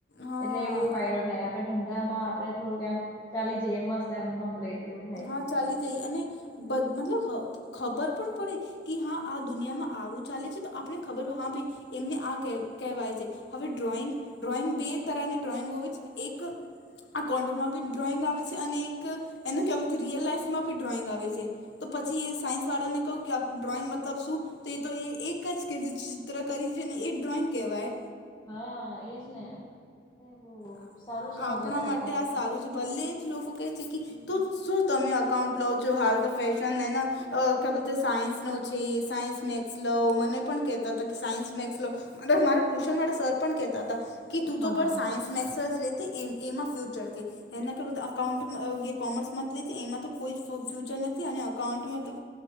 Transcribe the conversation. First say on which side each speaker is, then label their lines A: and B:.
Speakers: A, on the left (about 70°); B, on the left (about 25°).
A: હા
B: એટલે એ બહુ ફાયદો થાય. આપણે ધંધ ધામાં આપણે થોડુંક એમ ચાલી જઈએ, મસ્ત એમ કમ્પ્લીટ એવું થાય.
A: હા ચાલી જઈ. અને બદ મતલબ હ ખબર પણ પડે કિ હા આ દુનિયામાં આવું ચાલે છે, તો આપણે ખબર <unintelligible> હા ભાઈ એમને આ ક કહેવાય છે. હવે ડ્રોઈંગ ડ્રોઈંગ બે તરહની ડ્રોઈંગો હોવે છે. એક આ કોન્ડમાં બી ડ્રોઈંગ આવે છે. અને એક એનો કહેવાયથી રિયલ લાઈફમાં ભી ડ્રોઈંગ આવે છે. તો પછી એ સાયન્સવાળાને કહું, કે આ ડ્રોઈંગ મતલબ શું તો એ તો એ એક જ <unintelligible> ચિત્ર કરી છે ને એ ડ્રોઈંગ કહેવાય.
B: હા, એજ ને. એ બહુ
A: આ
B: સારું છે મતલબ
A: આપણા
B: કે
A: માટે
B: આપડે
A: આ
B: તો
A: સારું છે, ભલે જ લોકો કહે છે, કિ
B: હમ
A: તું શું તમે અકાઉન્ટ પ્વ જો હાલ તો ફશન એને અ કે બોલ સાયન્સ નો છે. સાયન્સ મેક્સલોવ મને પણ કેહેતા હતા, કે સાયન્સ મેક્સલો મારા ટુશન વાળા સર પણ કેહેતા હતા, કે તું
B: હા
A: તો
B: હા
A: પણ સાયન્સ મેક્સર્ લેતે એમ એમ આફ ફ્યુચર કે, એના ખબ અકાઉન્ટમાં જે કોમર્સ મત લે છે. એમાં તો કોઈ ફ્યુચર નથી અને અકાઉન્ટમાં તો